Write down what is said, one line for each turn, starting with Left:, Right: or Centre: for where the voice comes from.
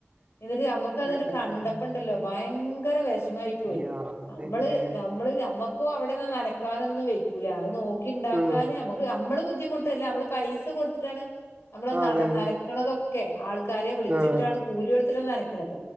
Left: ന്നിട്ട് ഞ മ്മക്കത്ണ്ട്
Right: ആഹ്
Left: കണ്ടപ്പണ്ടല്ലോ
Right: ആഹ് ആഹ്
Left: ഭയങ്കര വെശ് മായിപോയി
Right: യാ
Left: നമ്മള്
Right: പിന്നെ
Left: നമ്മള് ഞമ്മക്കോ അവിടെ നനക്കാനൊന്നും വെയ്ക്കൂല അത് നോ ക്കിണ്ടാക്കാന്
Right: ഉം
Left: നമുക്ക് നമ്മള് ബുദ്ധിമുട്ട്ല്ല നമ്മള് പൈസ കൊടുത്തിട്ടാണ് നമ്മളത്
Right: അതന്നെ
Left: നന ക്കണതൊക്കെ ആൾക്കാരെ വിളിച്ചിട്ടാണ്
Right: ആഹ്
Left: കൂലി കൊടുത്തിട്ട നനക്കണത്